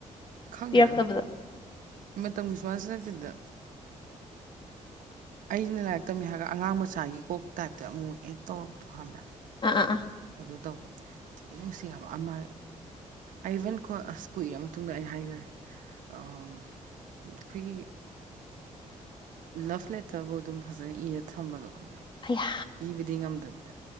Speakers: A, on the right; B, on the left.
A: ꯈꯪꯗ꯭ꯔꯦꯗ
B: ꯄꯤꯔꯛꯇꯕꯗ
A: ꯃꯇꯝꯒꯤ ꯁ꯭ꯋꯥꯁꯤ ꯂꯩꯇꯗ
B: <unintelligible>
A: ꯑꯩꯁꯤꯅ ꯂꯥꯏꯔꯤꯛ ꯇꯝꯃꯦ ꯍꯥꯏꯔꯒ ꯑꯉꯥꯡ ꯃꯆꯥꯒꯤ ꯀꯣꯛ ꯇꯥꯏꯞꯇ ꯑꯃꯨꯛ ꯑꯦꯛ ꯇꯧꯔꯛꯄꯣ ꯈꯪꯕ꯭ꯔꯥ
B: ꯑꯥ ꯑꯥ ꯑꯥ
A: ꯑꯗꯨ ꯇꯧꯕ ꯊꯤ ꯅꯨꯡꯁꯤ ꯍꯥꯏꯕ ꯑꯃ ꯑꯕꯟ ꯀꯣ ꯑꯁ ꯀꯨꯏꯔꯕ ꯃꯇꯨꯡꯗ ꯑꯩ ꯍꯥꯏꯗꯔꯦ ꯑꯩꯈꯣꯏꯒꯤ ꯂꯞ ꯂꯩꯦꯇꯕꯨ ꯑꯗꯨꯝ ꯐꯖꯅ ꯏꯔ ꯊꯝꯝꯕꯗꯣ ꯈꯕ꯭ꯔꯥ
B: ꯑꯌꯥ
A: ꯄꯤꯕꯗꯤ ꯉꯝꯗꯕꯤꯗ